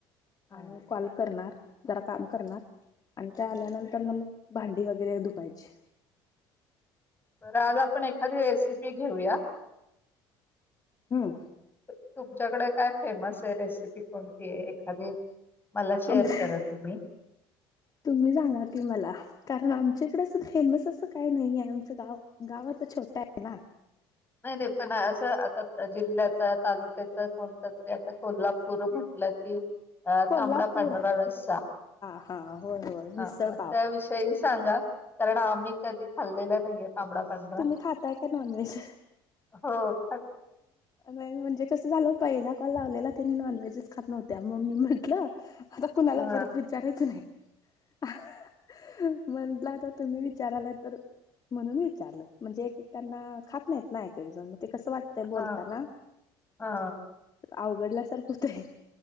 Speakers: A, on the left; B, on the left.
A: हा
B: आणि कॉल करणार. जरा काम करणार आणि त्या आल्यानंतर ना मग भांडी वगैरे धुवायची.
A: बरं आज आपण एखादी रेसिपी घेऊया.
B: हम्म
A: तुमच्यांकडे काय फेमस रेसिपी कोणती आहे एखादी मला शेअर
B: आमच्या
A: करा तुम्ही
B: तुम्ही जरा म्हणा की मला तर मग आमच्याकडे असं फेमस असं काही नये आमचं गाव गाव आता छोटा आहे ना
A: नाही नाही पण असं आता जिल्ह्याच तालुक्याच कोणतच तस आता कोल्हापूर म्हटलं की अ
B: कोल्हापूर
A: तांबडा पांढरा रस्सा
B: हा होय होय
A: हा
B: मिसळपाव
A: मग त्याविषयी सांगा कारण आम्ही कधी खाल्लेल नाहीये तांबडा पांढरा
B: तुम्ही खाताय का नॉनव्हेज
A: हो अ
B: मेन म्हणजे कसं झाल पहिला ना कॉल नी नॉनव्हेजच खात नव्हत्या मग मी म्हटलं जर कुणाला
A: हा
B: परत विचारायचं नाही हा ह म्हंटलं तर तुम्ही विचारालाय तर म्हणून विचारलं म्हणजे एकमेकांना खात नाहीत ना ऐक ऐकजण ते बोलताना
A: हा हा
B: अवघडल्यासारखं हाय